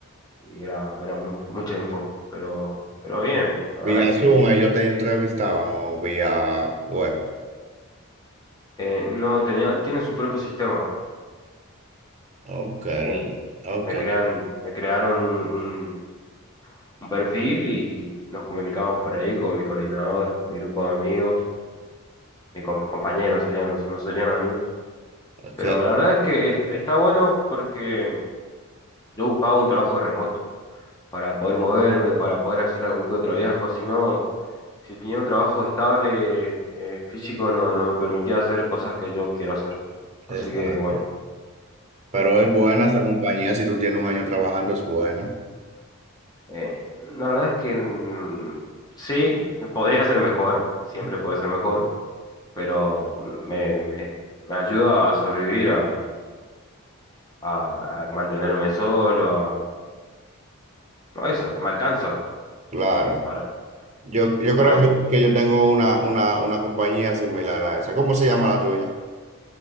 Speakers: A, on the left; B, on the right.
A: y era, era mu- mucha info, pero, pero bien, la
B: vía
A: verdad es que
B: Zoom, ellos te entrevistaban o vía web.
A: eh, no tenían, tienen su propio sistema.
B: Ok,
A: Sí,
B: ok,
A: Me crean, me crearon un, un- un perfil y nos comunicamos por ahí con mi coordinador, mi grupo de amigos, mis compañeros serían, no no serían amigos.
B: ok.
A: Pero la verdad es que est- está bueno porque yo buscaba un trabajo remoto para poder moverme, para poder hacer algún que otro viaje. Si no, si tenía un trabajo estable eh, físico, no, no me permitía hacer cosas que yo quiero hacer.
B: Exacto.
A: Así que bueno,
B: Pero es buena esa compañía, si tú tienes un año trabajando, es buena.
A: eh, la verdad es que mm, sí, podría ser mejor, siempre
B: Ujú.
A: puede ser mejor, pero me, me- me ayuda a sobrevivir, a, a- a mantenerme solo, a, a eso, me alcanza
B: Claro.
A: para,
B: Yo, yo
A: ¿no?
B: creo que, que yo tengo una, una, una compañía similar a esa. ¿Cómo se llama la tuya?